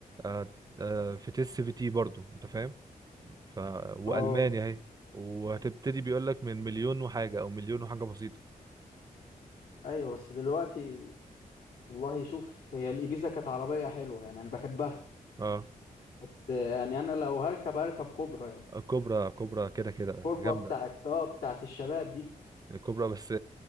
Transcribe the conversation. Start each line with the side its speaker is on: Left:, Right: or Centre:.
Right: آه، آه، في تيست في تي برضه انت فاهم ف والمانيا
Left: اه
Right: اهي وهتبتدي بيقول لك من مليون وحاجه او مليون وحاجه بسيطه
Left: ايوه بس دلوقتي والله شوف هي الإبيزا كانت عربية حلوة يعني انا بحبها
Right: اه
Left: بس يعني انا لو هركب هركب كوبرا يعني
Right: كوبرا كوبرا كده كده
Left: كوبرا
Right: جامده
Left: بتاعت اه بتاعت الشباب دي
Right: الكوبرا بس